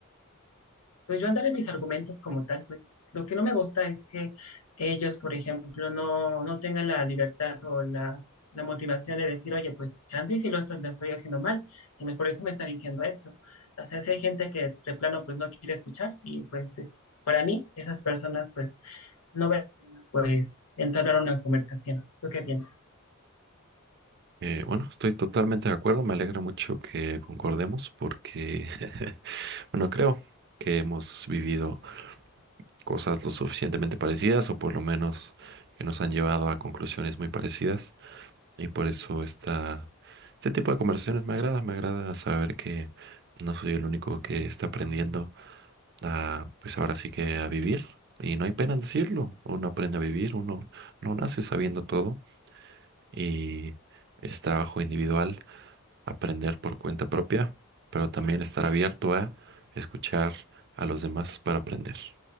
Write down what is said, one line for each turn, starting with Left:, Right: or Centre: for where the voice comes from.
Left: pues yo andaré mis argumentos como tal, pues lo que no me gusta es que ellos, por ejemplo, no, no tengan la libertad o la, la motivación de decir, oye, pues chance y si lo estoy, lo estoy haciendo mal, y me- por eso me está diciendo esto. O sea, si hay gente que de plano pues no quiere escuchar, y pues eh, para mí, esas personas pues no vale la pena pues entablar una conversación. ¿Tú qué piensas?
Right: Eh, bueno, estoy totalmente de acuerdo, me alegra mucho que concordemos porque, <laughs> bueno, creo que hemos vivido cosas lo suficientemente parecidas o por lo menos que nos han llevado a conclusiones muy parecidas y por eso está Este tipo de conversaciones me agrada, me agrada saber que no soy el único que está aprendiendo a, pues ahora sí que a vivir. Y no hay pena en decirlo. Uno aprende a vivir, uno no nace sabiendo todo y es trabajo individual aprender por cuenta propia, pero también estar abierto a escuchar a los demás para aprender.